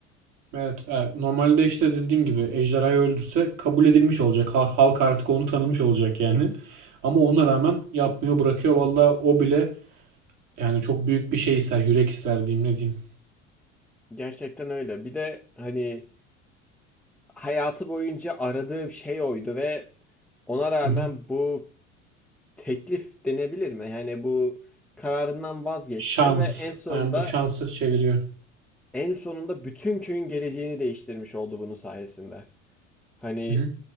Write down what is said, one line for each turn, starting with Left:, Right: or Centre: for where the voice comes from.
Right: Evet, evet. Normalde işte dediğim gibi ejderhayı öldürse kabul edilmiş olacak. Ha- halk artık onu tanımış olacak yani. Ama ona rağmen yapmıyor bırakıyor. Valla o bile yani çok büyük bir şey ister. Yürek ister diyeyim ne diyeyim.
Centre: Gerçekten öyle. Bir de hani hayatı boyunca aradığı şey oydu ve ona rağmen
Right: Hı hı.
Centre: bu teklif denebilir mi? Yani bu kararından vazgeçti
Right: Şans.
Centre: ve en sonunda
Right: Yani bu şansı çeviriyor.
Centre: en sonunda bütün köyün geleceğini değiştirmiş oldu bunun sayesinde. Hani
Right: Hı hı.